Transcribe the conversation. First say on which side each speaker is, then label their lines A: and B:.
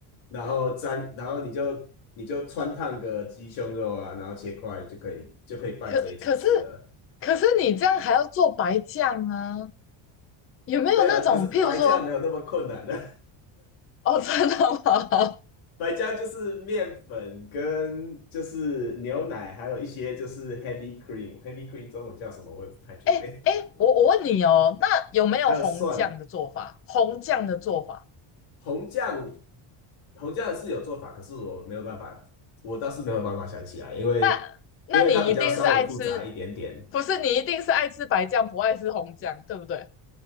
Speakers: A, on the left; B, on the left.
A: 然后沾，然后你就你就穿烫个鸡胸肉啊，然后切块就可以就可以拌着一起吃了。
B: 可可是可是你这样还要做白酱啊？有没有那种，
A: 对啊，可是白酱没有那么困难的，
B: 譬如说，哦，<laughs> 真的吗？
A: <laughs> 白酱就是面粉跟就是牛奶，还有一些就是 heavy cream，heavy cream 中文叫什么我也不太确定，
B: <laughs> 哎哎，我我问你哦，那有没有红酱的做法？
A: 还有蒜，
B: 红酱的做法，
A: 红酱红酱是有做法，可是我没有办法，我倒是没有办法想起来，因为因为它比较稍微复杂一点点。
B: 那那你一定是爱吃，不是你一定是爱吃白酱，不爱吃红酱，对不对？